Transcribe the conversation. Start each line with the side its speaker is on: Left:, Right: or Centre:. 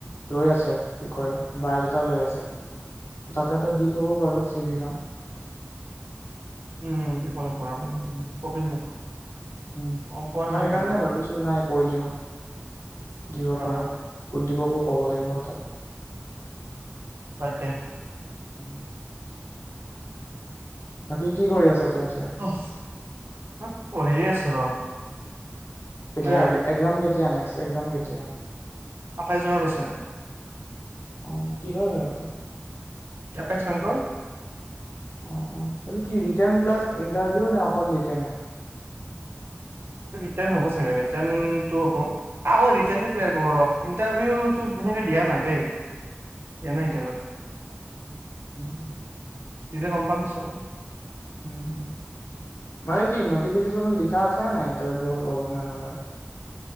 Left: লৈ আছে কি কয় বাইড এটা লৈ আছে। তাতে তো দি থব। দিব চিভিখন
Right: উম দিব লাগিব
Left: উম
Right: কবি মোক,
Left: উম
Right: গম পোৱা
Left: মই
Right: নাই
Left: সেইকাৰণে
Right: কিন্তু মই।
Left: ভাবিছো নাই কৈ দিওঁ দিব
Right: অ',
Left: পাৰো ফুল দিব কবি ক'ব লাগিব কথাাত।
Right: তাকে।
Left: উম, বাকী কি কৰি আছ তই এতিয়া
Right: মই পঢ়িয়ে আছো ৰ'
Left: কেতিয়া
Right: মানে
Left: একযাম কেতিয়া নেক্স? একযাম কেতিয়া?
Right: আঠাইছ জুনত আছে।
Left: অ' কিহৰ হয় এইটো?
Right: এপেক্স বেংকৰ।
Left: অ- অ এইটো কি? ৰিটেন প্লাছ ইণ্টাৰভিউ নে অকল ৰিটেন?
Right: ৰিটেন হব ছাগে ৰিটেন টো হব, আগত ৰিটেনটোক্লিয়াৰ কৰোঁ, ইণ্টাৰভিউ টো দিয়া নাই এতিয়ালৈকে।
Left: উম - উম- উম
Right: দিলে গম পাম পিছত আৰু
Left: উ- উ মানে কি নটিফিকেশচনত লিখা আছে নে নাই? ইণ্টাৰভিউ ল'ব নে নলয়